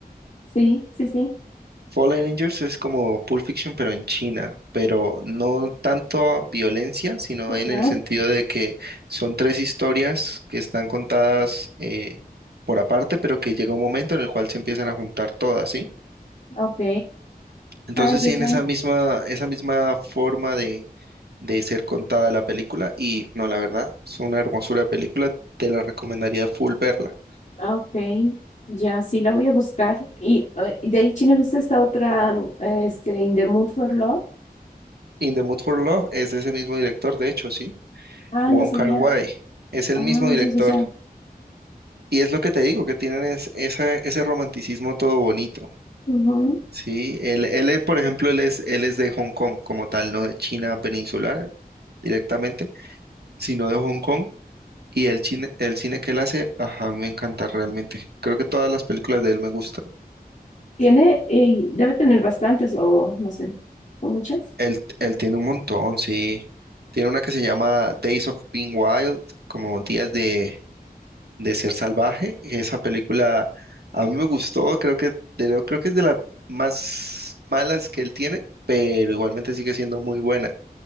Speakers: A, on the left (about 50°); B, on the right (about 85°).
A: sí, sí, sí,
B: Fallen Angels es como Pulp Fiction, pero en China, pero no tanto violencia, sino en
A: ya,
B: el sentido de que son tres historias que están contadas eh, por aparte, pero que llega un momento en el cual se empiezan a juntar todas, ¿sí?
A: ok.
B: Entonces
A: Ah, ya,
B: sí en
A: ya.
B: esa misma, esa misma forma de, de ser contada la película y no, la verdad, es una hermosura de película, te la recomendaría full verla.
A: Ah, Ok, ya sí la voy a buscar. Y eh, de ahí, China, ¿viste esta otra, mm, este, In the Mood for Love?
B: In the Mood for Love es de ese mismo director, de hecho, sí,
A: Ah,
B: Wong
A: no sabía.
B: Kar-wai, es el
A: Ah,
B: mismo director.
A: ya, ya, ya.
B: Y es lo que te digo, que tienen es, esa- ese romanticismo todo bonito,
A: Ujú.
B: ¿sí? Él, él, eh, por ejemplo, él es, él es de Hong Kong como tal, no de China peninsular directamente, sino de Hong Kong Y el cine, el cine que él hace, ajá, me encanta realmente. Creo que todas las películas de él me gustan.
A: Tiene, eh, debe tener bastantes o no sé, ¿son muchas?
B: Él, él tiene un montón, sí. Tiene una que se llama Days of Being Wild, como Días de, de Ser Salvaje. Esa película a mí me gustó, creo que, de lo- creo que es de las más malas que él tiene, pero igualmente sigue siendo muy buena.